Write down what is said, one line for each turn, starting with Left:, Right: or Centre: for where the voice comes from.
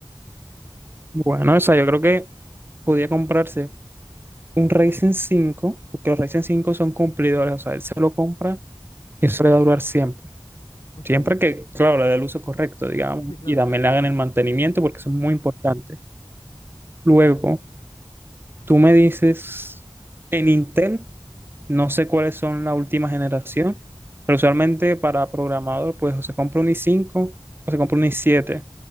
Right: Bueno, o sea, yo creo que podía comprarse un Ryzen cinco porque los Ryzen cinco son cumplidores, o sea, él se lo compra y eso le va a durar siempre.
Left: Ok,
Right: Siempre
Left: sí,
Right: que, claro, le dé el uso correcto, digamos,
Left: claro.
Right: y también le hagan el mantenimiento porque eso es muy importante. Luego, tú me dices, en Intel, no sé cuáles son la última generación, pero usualmente para programador, pues o se compra un i5 o se compra un i7.